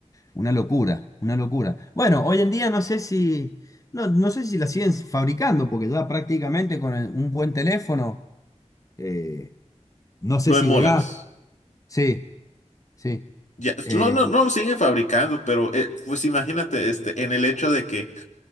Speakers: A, on the left; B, on the left.
A: Una locura, una locura. Bueno, hoy en día no sé si, no, no sé si la siguen fabricando, porque ya prácticamente con el- un buen teléfono, eh, no sé
B: Lo
A: si
B: emulas.
A: llegás. Sí, sí,
B: Ya,
A: eh,
B: no, no, no lo siguen fabricando, pero eh, pues imagínate este, en el hecho de que